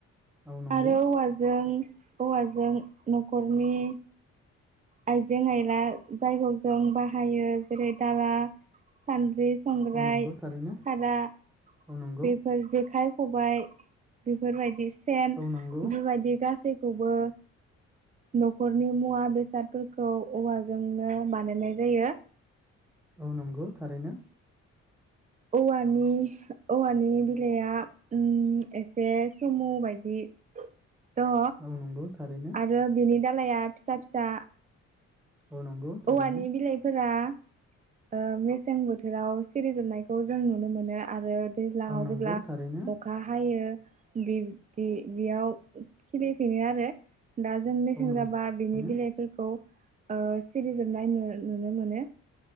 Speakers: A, in the centre; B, on the right.
A: औ नंगौ
B: आरो औवाजों हौवाजों नखरनि आइजें आयला जायगायाव जों बाहायो जेरै दाला सानद्रि संग्राय
A: औ नंगौ थारैनो
B: खादा
A: औ नंगौ
B: बेफोर जेखाय खबायाइ बेफोरबायदि। सेन
A: औ
B: बेफोरबायदि
A: नंगौ
B: गासै खौबो नखरनि मुवा बेसाद फोरखौ औवाजोंनो बानायनाय जायो।
A: औ नंगौ थारैनो।
B: औवानि औवानि बिलाइआ ओम एसे सुमु बायदि दङ
A: औ नंगौ थारैनो
B: आरो बिनि दालाइया फिसा फिसा
A: औ नंगौ थारैनो
B: औवानि बिलाइफोरा ओ मेसें बोथोराव सिरिजोबनायखौ जों नुनो मोनो आरो दैज्लाङाव
A: औ नंगौ
B: जेब्ला
A: थारैनो
B: अखा हायो बे बे बेयाव खिलिफिनो आरो दा जों मेसें
A: औ नंगौ
B: जाबा
A: थारैनो
B: बिनि बिलाइफोरखौ ओ सिरिजोबनाय नु नुनो मोनो।